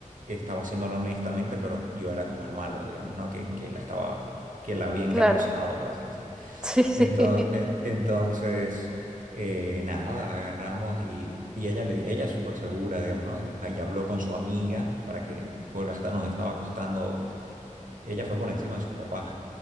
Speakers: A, on the right; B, in the centre.
A: estaba haciéndolo honestamente, pero yo era como el malo, digamos, ¿no? Que, que la estaba, que la había engatusado,
B: Claro,
A: por así decirlo.
B: sí, sí,
A: Enton-
B: <laughs>
A: en- Entonces, eh, nada, agarramos y, y ella, le, ella es súper segura, digamos, ¿no? Ahí habló con su amiga para que, porque hasta nos estaba costando, ella fue por encima de sus papás,